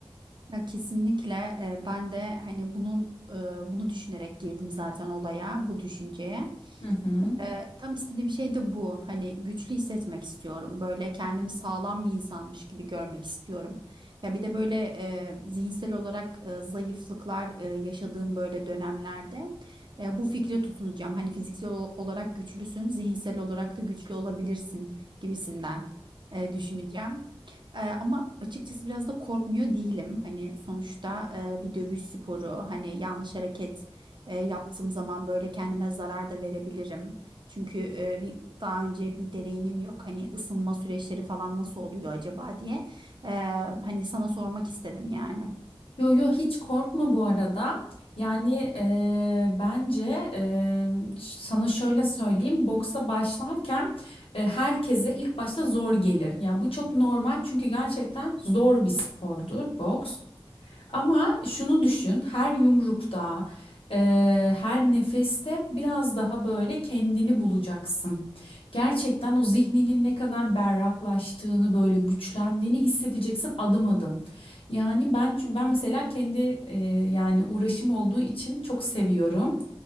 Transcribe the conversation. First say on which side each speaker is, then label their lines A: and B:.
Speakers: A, on the right; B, on the left.
A: Ya kesinlikle e, ben de hani bunun e, bunu düşünerek girdim zaten olaya, bu düşünceye.
B: Hı hı.
A: Ee, tam istediğim şey de bu. Hani güçlü hissetmek istiyorum. Böyle kendimi sağlam bir insanmış gibi görmek istiyorum. Ya bir de böyle e, zihinsel olarak e, zayıflıklar e, yaşadığım böyle dönemlerde e, bu fikre tutunacağım. Hani fiziksel ol- olarak güçlüsün, zihinsel olarak da güçlü olabilirsin gibisinden e, düşüneceğim. E, ama açıkçası biraz da korkmuyor değilim. Hani sonuçta e, bir dövüş sporu, hani yanlış hareket e, yaptığım zaman böyle kendime zarar da verebilirim. Çünkü e, bir daha önce bir deneyimim yok. Hani ısınma süreçleri falan nasıl oluyor acaba diye. E, hani sana sormak istedim yani.
B: Yo yo hiç korkma bu arada. Yani eee, bence eee, sana şöyle söyleyeyim. Boksa başlarken e, herkese ilk başta zor gelir. Ya bu çok normal çünkü gerçekten zor bir spordur boks. Ama şunu düşün, her yumrukta, eee, her nefeste biraz daha böyle kendini bulacaksın. Gerçekten o zihninin ne kadar berraklaştığını, böyle güçlendiğini hissedeceksin adım adım. Yani ben çü- ben mesela kendi eee, yani uğraşım olduğu için çok seviyorum